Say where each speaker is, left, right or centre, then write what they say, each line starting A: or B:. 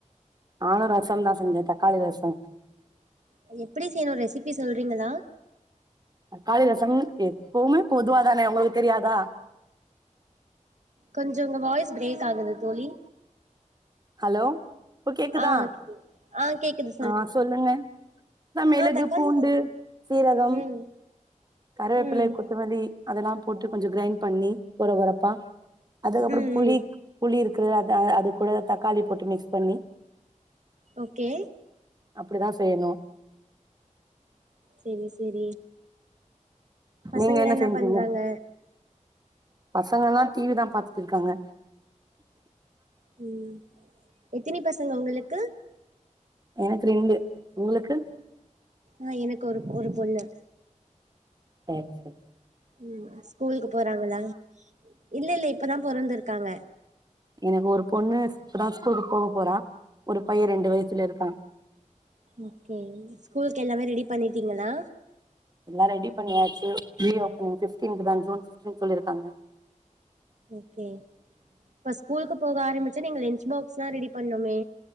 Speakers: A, on the right (about 30°); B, on the right (about 65°).
A: நானு ரசம்தா செஞ்சே தக்காளி ரசோ
B: அது எப்டி செய்யனு ரெசிப்பி சொல்றீங்களா
A: காளி ரசம் எப்பவுமே பொதுவா தானே உங்களுக் தெரியாதா
B: கொஞ்சோ உங்க வாய்ஸ் பிரேக் ஆகுது தோழி
A: அலோ இப்ப கேக்குதா
B: ஆ ஆ கேக்குது
A: ஆ சொல்லுங்க த மெளகு,
B: ஆ தக்காளி
A: பூண்டு, சீரகம்
B: ம்
A: கருவேப்பிலை,
B: ம்
A: கொத்தமல்லி அதெல்லா போட்டு கொஞ்ச கிரைண்ட் பண்ணி கொற கொறப்பா அதுக்கப்றோ
B: ம்
A: புளி
B: ம்
A: புளி இரு க்கு அத அது கூட தக்காளி போட்டு மிக்ஸ் பண்ணி
B: ஓகே
A: அப்டி தா செய்யனு
B: செரி செரி பசங்கல்லா
A: நீங்க
B: என்ன
A: செஞ்சீங்க
B: பண்றாங்க
A: பசங்கல்லா டி வி தா பாத்துட்டுருக்காங்க
B: ம் எத்தினி பசங்க உங்களுக்கு
A: எனக்கு ரெண்டு உங்களுக்கு
B: ஆ எனக்கு ஒரு ஒரு பொண்ணு
A: சேர் செர்
B: ம் ஸ்கூல்க்கு போறாங்களா இல்ல இல்ல இப்ப தா பொறந்துருக்காங்க
A: எனக்கு ஒரு பொண்ணு ஸ் இப்ப தா ஸ்கூலுக்கு போக போறா ஒரு பைய ரெண்டு வயசுல இருக்கா
B: ஓகே ஸ்கூல்க்கு எல்லாமே ரெடி பண்ணிட்டீங்களா
A: எல்லா ரெடி பண்ணியாச்சு ரீஓபனிங் ஃபிஃப்ட்டீன்த் தா ஜூன் ஃபிஃப்ட்டீன்த் சொல்லிருக்காங்க
B: ஓகே ப ஸ்கூல்க்கு போக ஆரம்பிச்சா நீங்க லன்ச் பாக்ஸ்லா ரெடி பண்ணுமே